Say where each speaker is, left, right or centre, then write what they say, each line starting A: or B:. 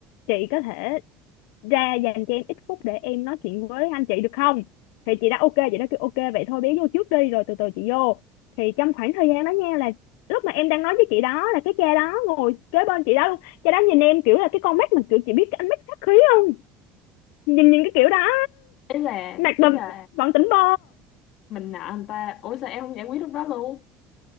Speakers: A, on the left; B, on the left.
A: chị có thể ra dành cho em ít phút để em nói chuyện với anh chị được không thì chị đã ok chị đã kêu ok vậy thôi bé vô trước đi rồi từ từ chị vô thì trong khoảng thời gian đó nha là lúc mà em đang nói với chị đó là cái cha đó ngồi kế bên chị đó luôn cha đó nhìn em kiểu là cái con mắt mà kiểu chị biết cái ánh mắt sát khí không nhìn nhìn cái kiểu đó
B: ý là
A: mặt mà
B: ý là
A: vẫn tỉnh bơ
B: mình nợ người ta ủa sao em không giải quyết lúc đó luôn